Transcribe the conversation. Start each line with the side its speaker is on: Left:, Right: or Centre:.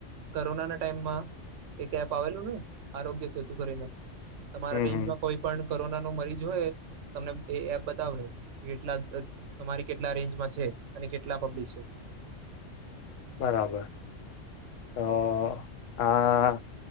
Right: કોરોનાના ટાઈમમાં એક એપ આવેલું ને આરોગ્ય સેતુ કરીને. તમારા
Left: હમ
Right: રેન્જમાં
Left: હમ
Right: કોઈ પણ કોરોના નો મરીજ હોય તમને એ એપ બતાવે કેટલા તમારી કે કેટલા રેન્જમાં છે અને કેટલા પબ્લિક છે.
Left: બરાબર તો હા